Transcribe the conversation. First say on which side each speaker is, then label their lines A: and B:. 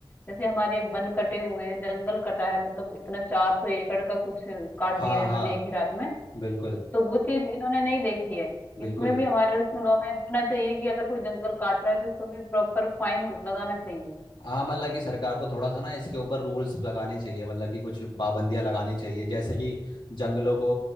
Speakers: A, on the left; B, on the left.
A: जैसे हमारे वन कटे हुए हैं जंगल कटा है मतलब इतना चार सौ एकड़ का कुछ काट
B: हाँ
A: दिया इन्होंने
B: हाँ
A: एक ही रात में
B: बिल्कुल
A: तो वो चीज इन्होंने नहीं देखी है
B: बिल्कुल
A: इसमें भी हमारे उसमें लॉ में होना चाहिए कि अगर कोई जंगल काट रहा है तो इसको भी प्रॉपर फाइन लगाना चाहिए
B: हाँ मतलब कि सरकार को थोड़ा सा ना इसके ऊपर रूल्स लगाने चाहिए मतलब कि कुछ पाबंदियां लगानी चाहिए जैसे कि जंगलों को